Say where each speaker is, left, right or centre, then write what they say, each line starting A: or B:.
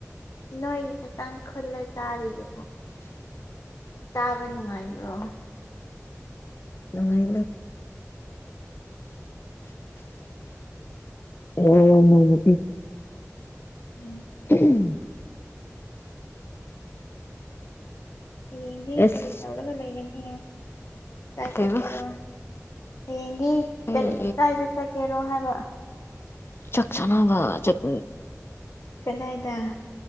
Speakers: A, on the left; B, on the left.
A: ꯅꯣꯏꯒꯤ ꯈꯤꯇꯪ ꯈꯨꯜꯂ ꯆꯥꯔꯤꯗꯨꯕꯨ ꯆꯥꯕ ꯅꯨꯡꯉꯥꯏꯅꯤ ꯑꯣ
B: ꯑ ꯏ ꯑꯣ ꯃꯃ
A: ꯎꯝ
B: ꯎꯝ
A: ꯍꯌꯦꯡꯗꯤ
B: ꯑꯁ
A: ꯀꯔꯤ ꯇꯧꯔꯒ ꯂꯩꯒꯅꯤ ꯆꯥꯏ
B: ꯀꯩꯕ
A: ꯆꯠꯀꯦꯔꯣ ꯍꯌꯦꯡꯒꯤ
B: ꯑꯩ
A: ꯀ ꯀꯥꯏꯗ ꯆꯠꯀꯦꯔꯣ ꯍꯥꯏꯕ
B: ꯆꯥꯛꯆꯥꯅꯕ ꯆꯦꯛ
A: ꯀꯗꯥꯏꯗ